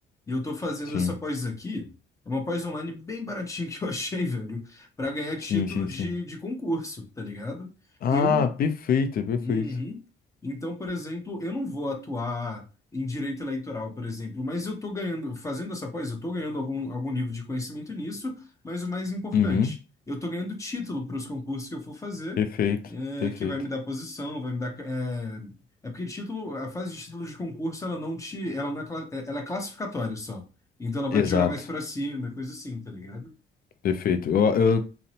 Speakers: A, on the left; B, on the left.
A: e eu tô fazendo
B: sim.
A: essa pós aqui. É uma pós online bem baratinha que eu <laughs> achei, velho, para ganhar título
B: Sim, sim,
A: de,
B: sim.
A: de concurso, tá ligado?
B: Ah,
A: Eu
B: perfeito, perfeito.
A: Uhum. Então, por exemplo, eu não vou atuar em direito eleitoral, por exemplo, mas eu estou ganhando, fazendo essa pós, eu estou ganhando algum, algum nível de conhecimento nisso, mas o mais importante,
B: Uhum,
A: eu estou ganhando título para os concursos que eu for fazer,
B: perfeito,
A: é,
B: perfeito.
A: que vai me dar posição, vai me dar. É, é porque título, a fase de título de concurso, ela não te, ela não é, cla- eh, ela é classificatória só. Então ela vai
B: Exato,
A: te jogar mais para cima, coisa assim, tá ligado?
B: perfeito. Eu, eu,